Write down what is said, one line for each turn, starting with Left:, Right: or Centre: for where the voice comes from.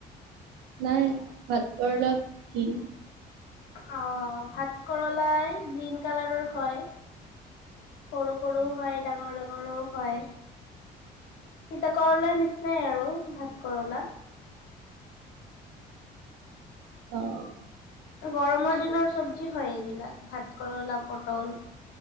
Right: নাই ভাত কৰলা কি
Left: অ', ভাত কৰলাই গ্ৰীণ কালাৰৰ হয় সৰু সৰুও হয় ডাঙৰ ডাঙৰো হয় তিতা কৰলাৰ নিচিনাই আৰু ভাত কৰলা
Right: অ',
Left: গৰমৰ দিনৰ চব্জি হয়, এইবিলাক ভাত কৰলা পটল